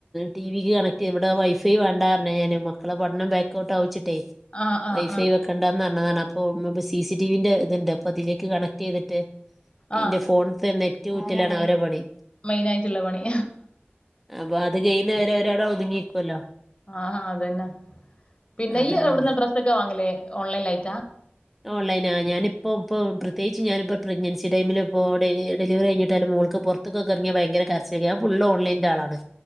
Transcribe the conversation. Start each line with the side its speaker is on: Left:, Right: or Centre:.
Centre: ടി വിക്ക് കണക്ട് ഇവിടെ വൈഫൈ വേണ്ട ഞാൻ പർന് ഞാൻ മക്കളെ പഠനം ബാക്ക് ഇക്കോട്ട അവിച്ചിട്ടേ
Left: ആ ആ
Centre: വൈഫൈ
Left: ആ
Centre: വെക്കേണ്ട പറഞ്ഞതാണ് അപ്പൊ സിസി ടിവിന്റെ ഇതുണ്ട് അപ്പൊ അതിലേക്ക് കണക്ട് ചെയ്തിട്ട്
Left: ആ
Centre: എന്റെ ഫോണത്തെ നെറ്റ് ഊറ്റലാണ് അവരെടെ പണി
Left: മെയിന ആയിട്ടുള്ള പണി
Centre: അപ്പൊ അത് കഴിുന്നവരെവരവിടെ ഒതുങ്ങിിക്കുമല്ലോ
Left: ആഹാ അതന്നെ പിന്നെ
Centre: അതാ
Left: ഈ
Centre: അതാണ്
Left: ഇവിടന്ന് ഡ്രസ്സ ഒക്കെ വാങ്ങലേ ഓൺലൈൻ ആയിട്ടാ
Centre: ഓൺലൈനാഹ് ഞാനിപ്പ ഇപ്പ പ്രത്യേകിച്ച് ഞാനിപ്പോ പ്രഗ്നൻസിടൈമിലിപ്പോൾ ഡെലിവറിഴിഞ്ഞിട്ടാലും മോൾക്ക് പുറത്തൊക്കെറിയാ ഭയങ്കര കരച്ചിലാ ഫുള് ഓൺലൈൻന്റെ ആളാണ്